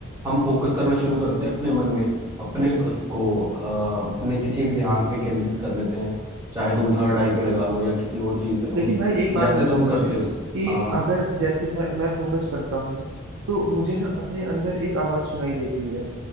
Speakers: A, on the right (about 20°); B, on the right (about 70°).
A: हम फोकस करना शुरू करते हैं अपने मन में अपने उसको अ, अपने किसी एक ध्यान पे केंद्रित कर लेते हैं चाहे तुम थर्ड आई पे लगा लो या किसी और चीज पे तुम
B: लेकिन भाई एक बात
A: जैसे
B: बताओ
A: तुम करते
B: मुझे
A: हो
B: कि
A: हाँ हाँ
B: अगर जैसे मैं मैं फोकस करता हूँ तो मुझे ना अपने अंदर एक आवाज सुनाई देती है